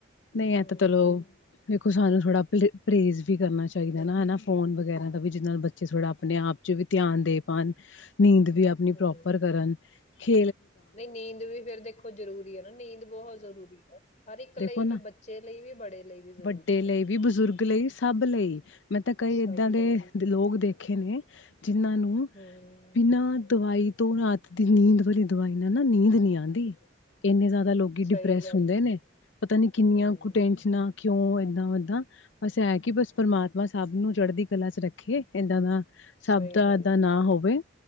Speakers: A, on the left (about 75°); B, on the left (about 40°).
A: ਨਹੀਂ
B: ਹੂੰ,
A: ਐ ਤਾਂ ਚਲੋ ਵੇਖੋ ਸਾਨੂੰ ਥੋੜਾ ਪ੍ਰੇਜ ਵੀ ਕਰਨਾ ਚਾਹੀਦਾ ਨਾ ਹਨਾ ਫੋਨ ਵਗੈਰਾ ਦਾ ਵੀ ਜਿਹਦੇ ਨਾਲ ਬੱਚੇ ਥੋੜਾ ਆਪਣੇ ਆਪ ਚ ਵੀ ਧਿਆਨ ਦੇ ਪਾਉਣ ਨੀਂਦ ਵੀ ਆਪਣੀ ਪ੍ਰੋਪਰ
B: ਹੂੰ।
A: ਕਰਨ ਕਰਨ
B: ਨਹੀਂ ਨੀਂਦ ਵੀ ਫੇਿਰ ਦੇਖੋ ਜ਼ਰੂਰੀ ਹੈ ਨਾ ਨੀਂਦ ਬਹੁਤ ਜ਼ਰੂਰੀ ਹੈ ਹਰ ਇੱਕ ਲਈ
A: ਦੇਖੋ
B: ਵੀ
A: ਨਾ
B: ਬੱਚੇ ਲਈ ਵੀ ਬੜੇ ਲਈ ਵੀ ਜ਼ਰੂਰੀ
A: ਵੱਡੇ ਲਈ
B: ਹੈ।
A: ਵੀ ਬਜ਼ੁਰਗ ਲਈ ਸਭ ਲਈ ਮੈਂ ਤਾਂ ਕਈ
B: ਸਭ
A: ਇਏਦਾਂ
B: ਲਈ
A: ਦੇ
B: ਵੀ
A: ਲੋਕ ਦੇਖੇ ਨੇ ਜਿੰਨਾਂ ਨੂੰ
B: ਹੂੰ,
A: ਬਿਨਾਂ ਦਵਾਈ ਤ ਰਾਤ ਦੀ ਨੀਂਦ ਵਾਲੀ ਦਵਾਈ ਨਾਲ ਨਾ ਨੀਂਦ ਨਹੀਂੀ ਆਉਂਦੀ ਇੰਨੇ ਜ਼ਿਆਦਾ ਲੋਕ
B: ਸਹੀ
A: ਡਿਪ੍ਰੈਸ
B: ਗੱਲ
A: ਹੁੰਦੇ
B: ਹੈ
A: ਨੇ ਪਤਾ ਨੀ ਕਿੰਨੀਆਂ
B: ਹੂੰ।
A: ਕੁ ਟੈਂਨਸ਼ਨਾਂ ਏਦਾਂ ੱਦਾਂ ਬਸ ਇਹ ਕਿ ਬਸ ਪਰਮਾਤਮਾ ਸਭ ਨੂੰ ਚੜ੍ਹਦੀ ਕਲਾ ਚ ਰੱਖੇ ਇਏਦਾਂ ਦਾ ਸ਼ਬਦਾਂ
B: ਸਹੀ ਗੱਲ
A: ਦਾ ਨਾ ਹੋਵੇ